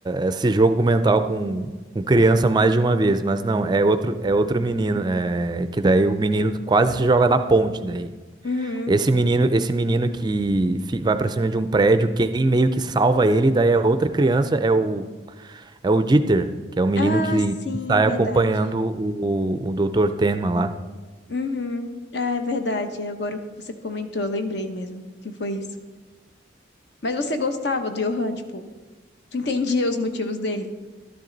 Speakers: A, on the right; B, on the left.
A: esse jogo mental com, com criança mais de uma vez, mas não, é outro, é outro menino. é, que daí o menino quase se joga da ponte daí.
B: Uhum.
A: Esse menino, esse menino que fi- vai pra cima de um prédio, quem meio que salva ele, daí a outra criança é o é o Dieter, que é o menino
B: Ah,
A: que
B: sim,
A: sai
B: verdade.
A: acompanhando o, o, Dr. Tenma lá.
B: Uhum. Ah, é verdade. Agora que você comentou, eu lembrei mesmo que foi isso. Mas você gostava do Johan, tipo, tu entendia os motivos dele?